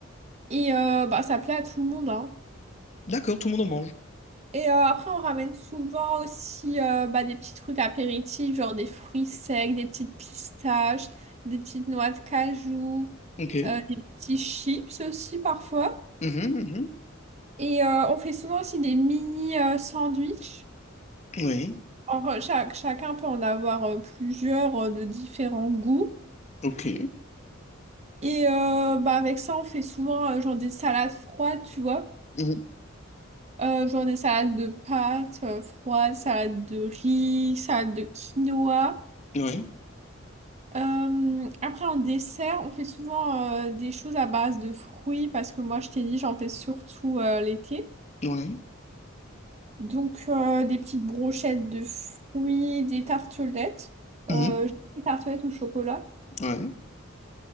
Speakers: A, on the right; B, on the left.
A: Et euh, bah, ça plaît à tout le monde, hein.
B: D'accord, tout le monde en mange.
A: Et euh, après, on ramène souvent aussi euh, bah, des petits trucs apéritifs, genre des fruits secs, des petites pistaches, des petites noix de cajou,
B: Ok.
A: euh, des petits chips aussi parfois.
B: Mhm, mhm.
A: Et euh, on fait souvent aussi des mini euh, sandwichs.
B: Oui.
A: En- chaque- chacun peut en avoir euh, plusieurs euh, de différents goûts.
B: Ok.
A: Et euh, bah, avec ça, on fait souvent euh, genre des salades froides, tu vois.
B: Mhm.
A: Euh, genre des salades de pâtes euh, froides, salades de riz, salades de quinoa.
B: Oui.
A: Euh, après, en dessert, on fait souvent euh, des choses à base de fruits parce que moi, je t'ai dit, j'en fais surtout euh, l'été.
B: Oui.
A: Donc, euh, des petites brochettes de fruits, des tartelettes. Euh,
B: Mhm.
A: des tartelettes au chocolat.
B: Ouais.